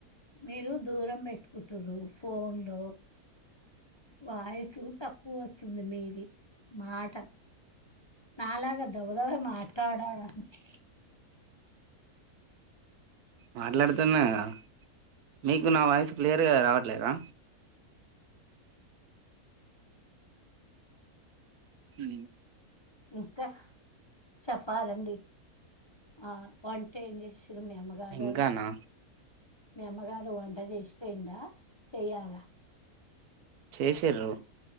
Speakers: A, on the left; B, on the right.
A: మీరు దూరం పెట్టుకుటుర్రు ఫోన్ లు వాయిసు తప్పు వస్తుంది మీది మాట నాలాగ డబాడబా మాటడలండి ని
B: మాట్లాడుతున్నా కదా మీకు నా వాయిస్ క్లియర్గా రావట్లేదా ఊ
A: ఇంక చెప్పాలండి ఆ వంటేమ్ చేస్ చ్చిది అమ్మగారోళ్ళు
B: ఇంకానా
A: మీ అమ్మగారు వంట చేశిపోయింద చెయ్యాలా?
B: చేసిర్రు